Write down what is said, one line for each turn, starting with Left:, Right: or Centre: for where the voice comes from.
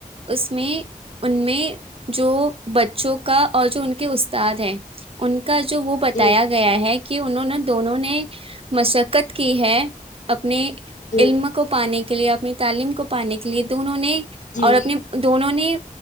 Right: اس میں ان میں جو بچوں کا اور جو ان کے استاد ہیں ان کے کا جو وہ بتایا
Left: جی
Right: گیا ہے کہ انہوں نے دونوں نے مشقت کی ہے اپنے
Left: جی
Right: علم کو پانے کے لیے آ میں تعلیم کو پانے کے لیے تو انہوں نے
Left: جی
Right: اور اپنے دونوں نے